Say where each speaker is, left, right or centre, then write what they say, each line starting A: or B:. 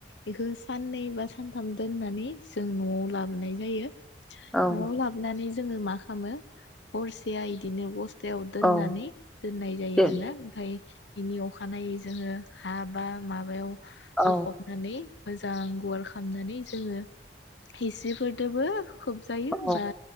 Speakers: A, on the left; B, in the centre.
A: बेखौ साननै बा सानथाम दोननानै जों नआव ला बोनाय जायो।
B: ओं
A: नआव
B: औ
A: लाबनानै जोङो मा खामो हरसेया इदिनो दैयाव दोननानै
B: औ
A: दोननाय जायो
B: दे
A: आरो ना ओमफ्राय इनि अखानायै जोङो हा बा माबायाव
B: औ
A: लखबनानै मोजां गुवार खालामनानै जोङो हिस्रि फोरदोबो खोबजायो
B: औ
A: बा